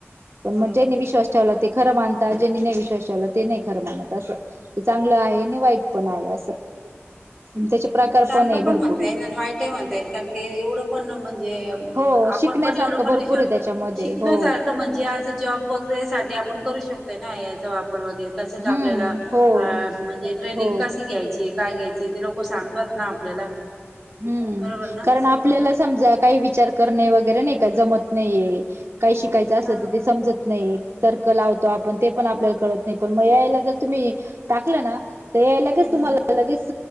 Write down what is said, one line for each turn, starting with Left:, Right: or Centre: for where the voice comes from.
Right: पण
Centre: बरोबर
Right: मग ज्यांनी
Centre: आहे.
Right: विश्वास ठेवला. ते खरं मानता ज्यांनी नाही विश्वास ठेवला ते नाही खरं मानत असं ते चांगलं आहे आणि वाईट पण आहे असं त्याचे प्रकार
Centre: चांगलं
Right: आहे
Centre: पण
Right: भरपूर
Centre: म्हणता येईल आणि वाईटही म्हणता येईल कारण की एवढं पण म्हणजे
Right: हो
Centre: आपण
Right: शिकण्यासारखं
Centre: पण एवढं पण
Right: भरपूर
Centre: विचारतो
Right: आहे त्याच्यामध्ये
Centre: शिकण्यासारखं
Right: हो
Centre: म्हणजे असं जॉब वगैरे साठी आपण करू शकतोय ना, ए आय चा वापर तसेच आपल्याला
Right: हम्म हो
Centre: अ म्हणजे ट्रेनिंग
Right: हो
Centre: कशी घ्यायची, काय घ्यायची, ते लोक सांग तात ना आपल्याला.
Right: हूं
Centre: बरोबर ना
Right: कारण आपल्याला समजा काही विचार कर णे वगैरे नाही का जमत नाहीए काही शिकायचं असलं
Centre: ह
Right: तर ते समजत नाहीए तर्क लावतो आपण ते पण आपल्याला कळत नाही पण म ए आय यला जर तुम्ही टाकलं ना ए आय लगेच
Centre: हम्म
Right: तुम्हाला लगेच